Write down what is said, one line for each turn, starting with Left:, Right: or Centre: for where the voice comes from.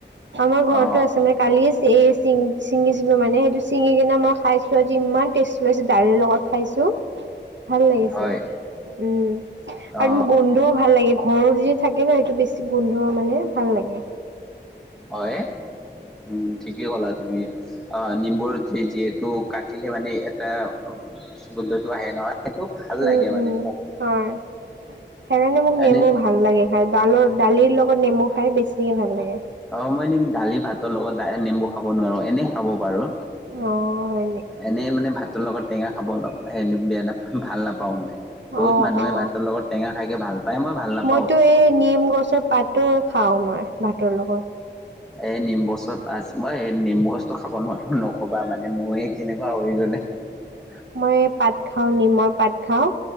Right: আমাৰ ঘৰতো
Centre: অ
Right: আছে মানে কালিয়ে চিং চিঙ চিঙিছিলোঁ মানে সেইটো ছিঙি কিনে মই খাইছো আজি ইমান টেষ্ট পাইছোঁ দালিৰ লগত খাইছোঁ ভাল লাগিছে
Centre: হয়
Right: উম
Centre: অ
Right: আৰু ম মোৰ গোন্ধও ভাল লাগি যি থাকে ন সেইটো বেছি গোন্ধ মানে ভাল লাগে
Centre: হয় উম ঠিকেই কলা তুমি অ নিম যিহেতু কাটিলে মানে এটা গোন্ধটো আহে নহয় সেইটো ভাল
Right: উম
Centre: লাগে মানে
Right: উম হয় সেইকাৰণে মানে
Centre: এনে
Right: নেমু ভাল লাগে খাই ডালৰ দালিৰ লগত নেমু খাই বেছিহে ভাল লাগে
Centre: অ মই এ দালি ভাতৰ লগত নেম্বু খাব নোৱাৰো এনেই খাব পাৰো
Right: অঁ হয় নি
Centre: এনেই মানে ভাতৰ লগত টেঙা খাব অলপ হেৰি বেয়া নাপাওঁ ভাল নাপাওঁ মই বহুত
Right: অ
Centre: মানুহে
Right: অ
Centre: ভাতৰ লগত টেঙা খাইকে ভাল পায় মই ভাল নাপাওঁ
Right: মইতো এই নিম গছৰ পাতো খা পাওঁ মই ভাতৰ লগত
Centre: এ নিম গছৰ পাত মই নিম গছটো খাব নোৱাৰো নকবা মানে মইয়ে কেনেকুৱা হৈ গল <unintelligible>
Right: মই পাত খাওঁ নিমৰ পাত খাওঁ